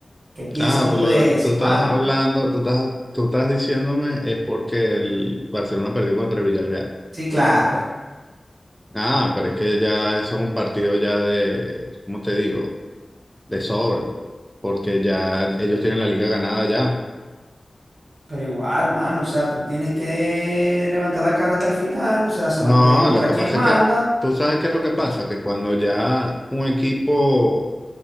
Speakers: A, on the right; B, in the centre.
A: ¿Qué piensas
B: Ah,
A: tú
B: pues lo,
A: de
B: de-
A: eso,
B: tú estás
A: mano?
B: hablando, tú estás, tú estás diciéndome es porque el Barcelona perdió contra Villarreal.
A: Sí, claro,
B: Ah, pero es que ya eso es un partido ya de, ¿cómo te digo? De sobra, porque ya ellos tienen la liga ganada ya.
A: pero igual, mano, o sea, tú tienes que levantar la cara hasta el final, o sea, se
B: No,
A: man- demostrar
B: lo que
A: quién
B: pasa
A: manda.
B: es que, tú sabes qué es lo que pasa, que cuando ya un equipo